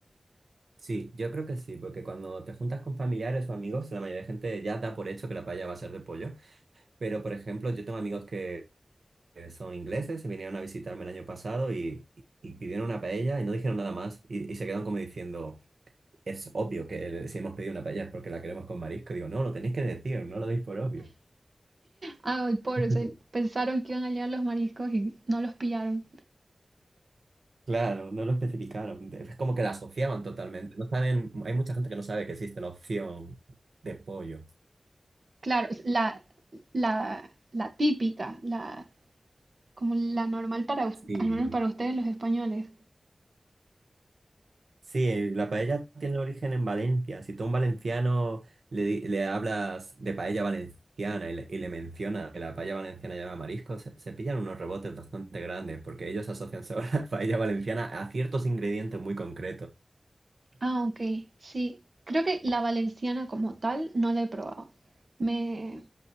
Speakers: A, on the right; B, on the right.
A: Sí, yo creo que sí, porque cuando te juntas con familiares o amigos, la mayoría de gente ya da por hecho que la paella va a ser de pollo. Pero, por ejemplo, yo tengo amigos que que son ingleses, se vinieron a visitarme el año pasado y, y pidieron una paella y no dijeron nada más y, y se quedan como diciendo, es obvio que le- si hemos pedido una paella es porque la queremos con marisco. Digo, no, lo tenéis que decir, no lo deis por obvio.
B: Ah, el pollo,
A: <laughs>
B: se- pensaron que iban a llegar los mariscos y no los pillaron.
A: Claro, no lo especificaron. Es como que la asociaban totalmente. No saben, hay mucha gente que no sabe que existe la opción de pollo.
B: Claro, es la, la, la típica, la, como la normal para, us-
A: Sí,
B: al menos para ustedes los españoles.
A: Sí, el- la paella tiene origen en Valencia. Si tú a un valenciano le, di- le hablas de paella valenciana y le, y le mencionas que la paella valenciana lleva mariscos, se, se pillan unos rebotes bastante grandes porque ellos asocian sobre <laughs> la paella valenciana a ciertos ingredientes muy concretos.
B: Ah, ok, sí. Creo que la valenciana como tal no la he probado. Me,